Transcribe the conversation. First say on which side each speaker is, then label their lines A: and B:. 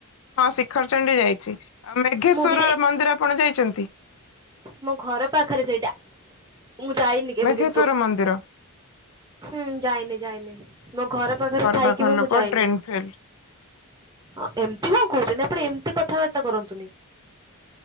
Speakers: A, on the left; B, on the right.
A: ହଁ ଶିଖରଚଣ୍ଡୀ ଯାଇଚି। ଆଉ ମେଘେଶ୍ୱର
B: ମୁଁ ବି ଯାଇ
A: ମନ୍ଦିର ଆପଣ ଯାଇ ଚନ୍ତି
B: ମୋ ଘର ପାଖରେ ସେଇଟା। ମୁଁ ଯାଇନି କେବେ
A: ମେଘେଶ୍ଵର
B: କିନ୍ତୁ
A: ମନ୍ଦିର
B: ।ହୁଁ ଯାଇନି ଯାଇନି ମୋ ଘର ପାଖରେ ଥାଇକିି
A: ପାଖର
B: ବି
A: ଲୋକ
B: ମୁଁ ଯାଇନି।
A: ଟ୍ରେନ ଫେଲ
B: ହଁ ଏମତି କଣ କହୁଚନ୍ତି। ଆପଣ ଏମ ତି କଥାବାର୍ତ୍ତା କରନ୍ତୁନି।